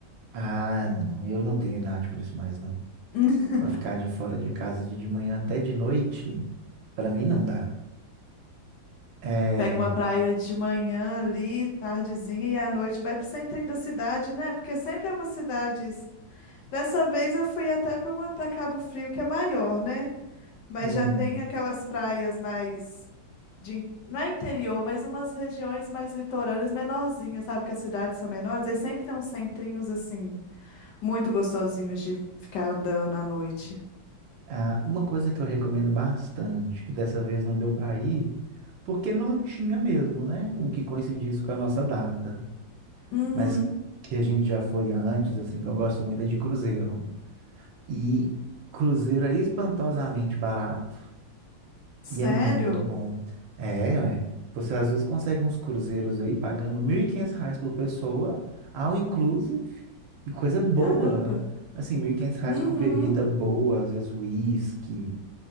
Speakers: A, on the right; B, on the left.
A: Ah, não. Eu não tenho idade para isso mais, não.
B: <laughs>
A: Vai ficar de fora de casa de, de manhã até de noite? Para mim não dá. É.
B: Pega uma praia de manhã ali, tardezinha, e à noite vai pro centrinho da cidade, né? Porque sempre é uma cidade. Dessa vez eu fui até pra uma, para Cabo Frio, que é maior, né? Mas
A: hum,
B: já tem aquelas praias mais de, in- não é interior, mas umas regiões mais litorâneas, menorzinhas, sabe? Que as cidades são menores, aí sempre tem uns centrinhos assim, muito gostosinhos de ficar andando à noite.
A: ah, uma coisa que eu recomendo bastante, que dessa vez não deu para ir, porque não tinha mesmo, né? Um que coincidisse com a nossa data.
B: Uhum.
A: Mas que a gente já foi antes, assim, que eu gosto muito é de cruzeiro. E cruzeiro é espantosamente barato
B: Sério?
A: e é muito bom. É, ué. Você às vezes consegue uns cruzeiros aí pagando 1.500 reais por pessoa, all inclusive, e coisa boa.
B: Caramba.
A: Assim, 1.500 reais
B: Uhum.
A: com bebida boa, às vezes uísque,